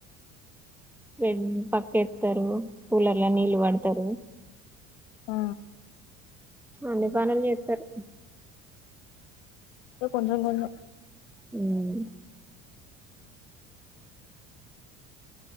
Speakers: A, in the centre; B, on the left.
A: వె పక్క ఎస్తారు. కూలర్ లా నీళ్లు వాడతారు
B: ఆ
A: అన్ని పనులు చెస్తారు
B: ఉ కొంచెం కొంచం
A: ఉమ్